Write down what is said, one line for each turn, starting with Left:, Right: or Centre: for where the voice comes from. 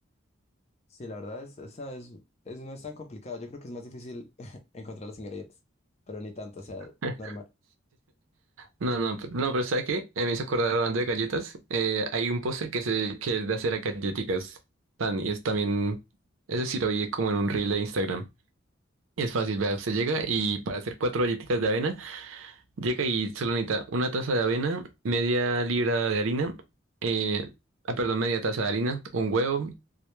Left: Sí, la verdad es, esa es, es- no es tan complicado. Yo creo que es más difícil <laughs> encontrar los ingredientes, pero ni tanto, o sea,
Right: <laughs>
Left: normal.
Right: No, no, pero- no, pero ¿sabe qué? Eh, me hizo acordar hablando de galletas. eh, hay un postre que se que es de hacer a galletitas. Tan, y es también. Ese sí lo vi como en un reel de Instagram. Y es fácil, vea, usted llega y para hacer cuatro galletitas de avena. Llega y solo necesita una taza de avena, media libra de harina, eh, ah, perdón, media taza de harina, un huevo,